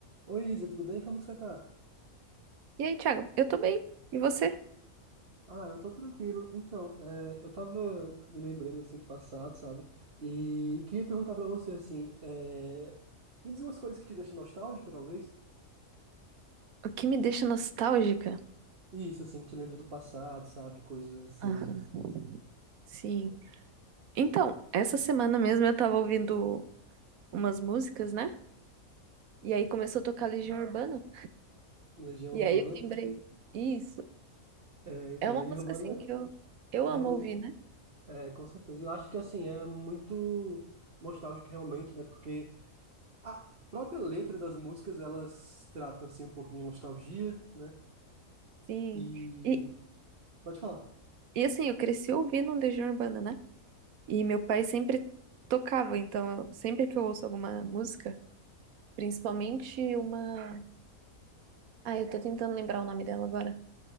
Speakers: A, on the right; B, on the right.
A: Oi, Isa, tudo bem? Como que você tá?
B: E aí, Thiago? Eu tô bem. E você?
A: Ah, eu tô tranquilo. Então, é, eu tava me lembrando, assim, do passado, sabe? E queria perguntar pra você, assim, é, me diz umas coisas que te deixam nostálgica, talvez?
B: O que me deixa nostálgica?
A: Isso, assim, que te lembra do passado, sabe? Coisas assim,
B: Aham. Sim. Então, essa semana mesmo eu tava ouvindo umas músicas, né? E aí começou a tocar Legião Urbana.
A: Legião
B: E
A: Urbana.
B: aí eu lembrei, isso.
A: É, então,
B: É uma
A: Legião
B: música
A: Urbana
B: assim que eu, eu
A: é,
B: amo
A: um,
B: ouvir, né?
A: é, com certeza. Eu acho que, assim, é muito nostálgico realmente, né? Porque a própria letra das músicas, elas tratam, assim, um pouquinho de nostalgia, né?
B: Sim.
A: E...
B: E,
A: Pode falar.
B: e assim, eu cresci ouvindo Legião Urbana, né? E meu pai sempre tocava, então eu- sempre que eu ouço alguma música, principalmente uma. Ah, eu tô tentando lembrar o nome dela agora.